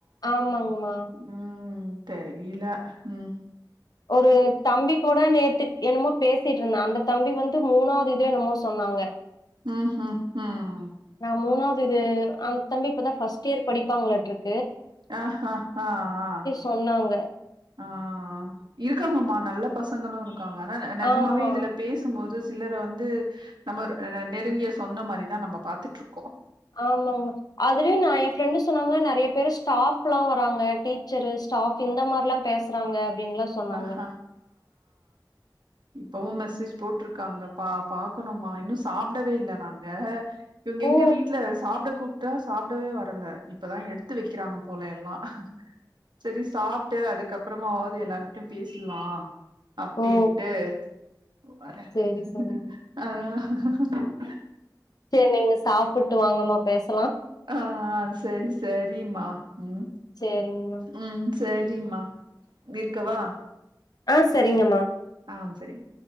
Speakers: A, on the left; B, on the right.
A: ஆமாங்கமா.
B: உம் தெரியல உம்
A: ஒரு தம்பி கூட நேத்துக் என்னமோ பேச சிட்டுருந்தா அந்த தம்பி வந்து மூனாவது இது என்னமோ சொன்னாங்க
B: <inaudible>
A: மூனாவ்து இது அந்த தம்பி இப்பதா ஃபஸ்ட்டு இயர் படிப்பாங்ளாட்ருக்கு
B: ஹ ஹாஹாஹா
A: சொன்னாங்க.
B: இருக்காங்கமா நல்ல பசங்களும் இரு இருக்காங்க ஆனா நெஜமாவே
A: ஆமா
B: இதுல பேசும் போது சிலரை வந்து நம்ம நெருங்கிய சொந்த மாரிதான் நம்ம பாத்ட்ரு போம்
A: ஆமாங்மா அதுலயும் நான் என் ஃப்ரெண்டு் சொன்னாங்க நெறய பேரு டாஃப்லாம் வராங்க டீச்சரு ஸ்டாஃப் இந்த மாரிலாம் பேசுறாங்க அப்டின்லாம் சொன்னாங்க.
B: ஹான் ஹ போட்ருக்காங்க பா பாக்கணுமா இன்னும் சாப்டவே இல்ல நாங்க இவுங்க
A: ஓ!
B: எங்க வீட்ல சாப்ட சாப்டவே வரல இப்பதான் எடுத்து வைக்கிறாங்க போலாம் எல்லாம் சரி சாப்ட்டு அதுக்கப்பறமாவ்து எல்ல பேசலாம் அப்டின்ட்டு
A: ஓ!
B: ஹன்
A: சரி, சரிங்க. சேரி நீங்க சாப்புட்டு வாங்க வாங்க
B: ஆஹ் ஹ் செரி செரிம்மா உம்
A: சரிங்கம்மா.
B: உம் சேரி மா வைக்கவா
A: ஆஹ் சரிங்கம்மா
B: ஆ சேரிங்